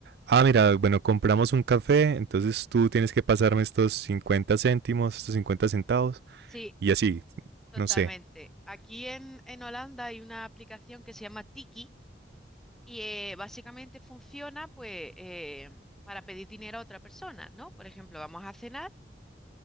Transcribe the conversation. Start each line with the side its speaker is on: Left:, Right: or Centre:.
Right: ah, mira, bueno, compramos un café, entonces tú tienes que pasarme estos cincuenta céntimos, estos cincuenta centavos,
Centre: Sí,
Right: y así,
Centre: totalmente.
Right: no sé.
Centre: Aquí en, en Holanda hay una aplicación que se llama Tiki y eh, básicamente funciona pues eh, para pedir dinero a otra persona, ¿no? Por ejemplo, vamos a cenar,